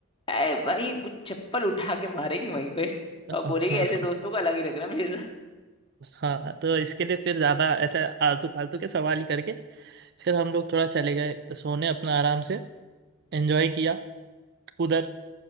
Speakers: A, on the left (about 20°); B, on the right (about 45°).
A: ए भाई वो चप्पल उठा के मारेगी वहीं पे
B: <laughs>
A: और बोलेगी ऐसे दोस्तों का अलग ही रखना मेरे साथ
B: हाँ हाँ तो इसके लिए फिर ज़्यादा ऐसा आलतू फालतू के सवाल ही करके फिर हम लोग थोड़ा चले गए सोने अपना आराम से एंजॉय किया उधर